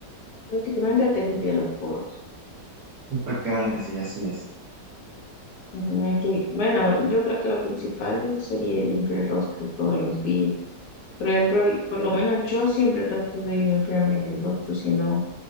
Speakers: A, on the left; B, on the right.
A: Prácticamente te limpia los poros.
B: Y prácticamente sí, así es.
A: Ujú, es que, bueno, yo creo que lo principal sería limpiar el rostro todos los días. Por ejemplo, y por lo menos yo siempre trato de limpiarme el rostro, si no